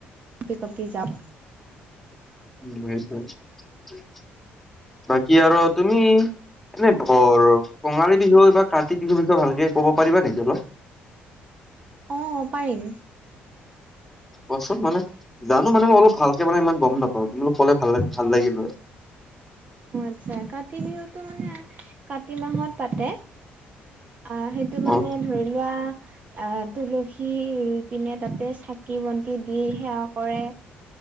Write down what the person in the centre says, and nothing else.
উম সেইটোৱেই বাকী আৰু তুমি। এনে ব কঙালী বিহু বা কাতি বিহুৰ বিষয়ে ভালকে ক'ব পাৰিবা নেকি অলপ।
কোৱাচোন মানে জানোঁ মানে মই অলপ ভালকে মানে ইমান গম নাপাওঁ কিন্তু কলে ভাল ভাল লাগিব।
অ